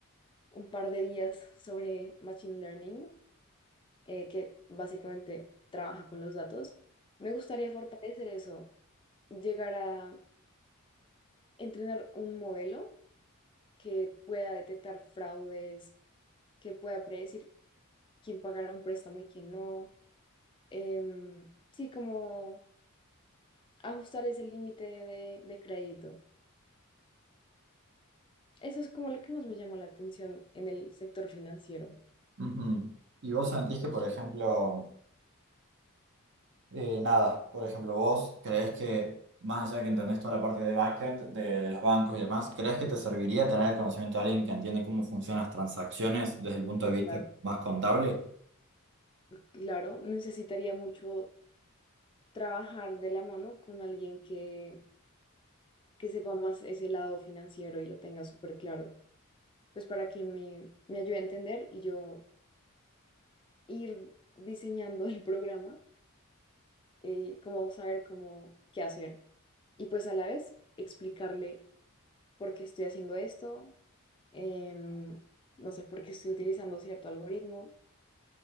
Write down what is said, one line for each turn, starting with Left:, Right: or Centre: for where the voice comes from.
Left: un par de días sobre Machine Learning, eh, que básicamente trabaja con los datos, me gustaría fortalecer eso, llegar a entrenar un modelo que pueda detectar fraudes, que pueda predecir quién pagará un préstamo y quién no. Em, sí, como ajustar ese límite de, de crédito. Eso es como lo que más me llama la atención en el sector financiero.
Right: Ujú. Y vos sentís que, por ejemplo, eh, nada, por ejemplo, vos creés que, más allá de que entendés toda la parte de backend, de, de los bancos y demás, ¿creés que te serviría tener el conocimiento de alguien que entiende cómo funcionan las transacciones desde el punto
Left: Ah,
Right: de vista
Left: claro.
Right: más contable?
Left: Claro, necesitaría mucho trabajar de la mano con alguien que, que sepa más ese lado financiero y lo tenga súper claro, pues para que me, me ayude a entender y yo ir diseñando el programa eh, como saber cómo qué hacer y pues a la vez explicarle por qué estoy haciendo esto, em, no sé, por qué estoy utilizando cierto algoritmo,